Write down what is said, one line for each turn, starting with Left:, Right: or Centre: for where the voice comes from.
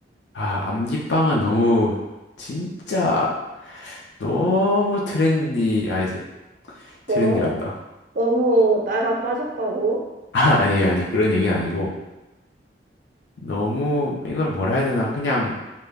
Left: 아, 암기빵은 너무 진짜 너무 트렌디 아니지. 트렌디란다.
Right: 뭐?
Left: <laughs>
Right: 너무 나이가 빠졌다고?
Left: 아, 아니 아니 그런 얘기는 아니고 너무 이걸 뭐라 해야 되나? 그냥